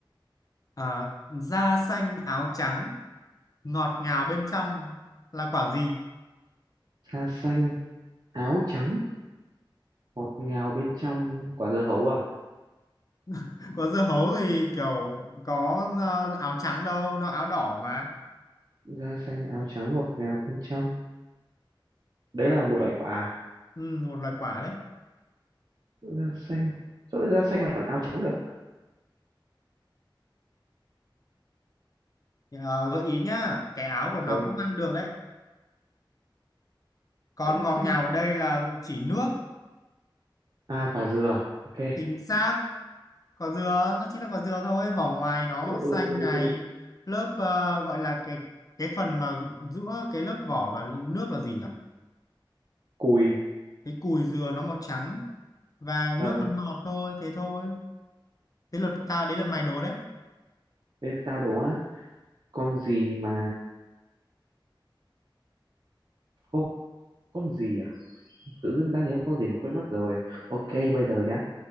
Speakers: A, on the left; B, on the right.
A: à, da xanh áo trắng ngọt ngào bên trong là quả gì
B: Da xanh, áo trắng, ngọt ngào bên trong quả dưa hấu à?
A: <laughs> có dưa hấu thì kiểu có ờ, áo trắng đâu nó áo đỏ mà
B: Da xanh, áo trắng, ngọt ngào bên trong. Đấy là một loại quả. à?
A: ừ, một loài quả đấy
B: Da xanh. Sao lại da xanh lại còn áo trắng được?
A: Ờ, gợi ý nhá cái áo của nó
B: Ờ,
A: cũng ăn được đấy còn
B: da
A: ngọt
B: xanh
A: ngào ở đây là chỉ nước
B: À quả dừa, ok.
A: chính xác Quả dừa nó chính là quả dừa thôi vỏ ngoài nó
B: Ừ,
A: màu xanh
B: ừ, ừ,
A: này
B: ừ.
A: lớp ờ, gọi là cái cái phần mà giữa cái lớp vỏ và nước là gì nhỉ
B: Cùi.
A: cái cùi dừa nó màu trắng và nước
B: Ờ,
A: nó ngọt thôi thế thôi thế lượt tao đấy là mày đố đấy
B: thế tao đố á, con gì mà... Ô, con gì à? Tự dưng đang nhớ con gì mà quên mất rồi. Ok, bây giờ nhá.